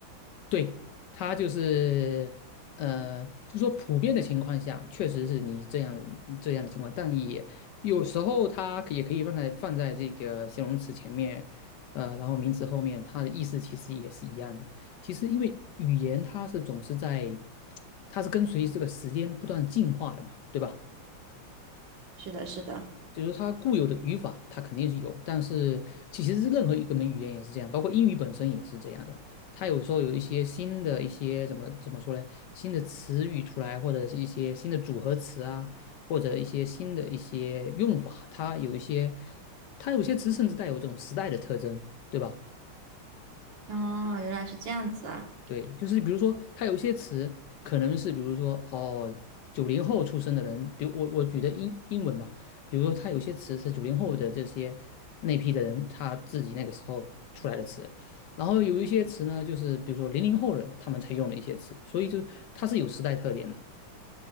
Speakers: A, on the left; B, on the right.
A: 对，他就是呃，就说普遍的情况下，确实是你这样这样的情况，但也有时候它可也可以放在放在这个形容词前面，呃，然后名词后面，它的意思其实也是一样的。其实因为语言它是总是在，它是跟随这个时间不断进化的嘛，对吧？
B: 是的，是的。
A: 就是它固有的语法，它肯定是有，但是其实是任何一个门语言也是这样，包括英语本身也是这样的。它有时候有一些新的一些怎么怎么说呢？新的词语出来，或者是一些新的组合词啊，或者一些新的一些用法，它有一些，它有些词甚至带有这种时代的特征，对吧？
B: 哦，原来是这样子啊！
A: 对，就是比如说，它有一些词可能是，比如说哦，九零后出生的人，比如我我举的英英文嘛，比如说它有些词是九零后的这些那批的人他自己那个时候出来的词，然后有一些词呢，就是比如说零零后的他们才用的一些词，所以就它是有时代特点的。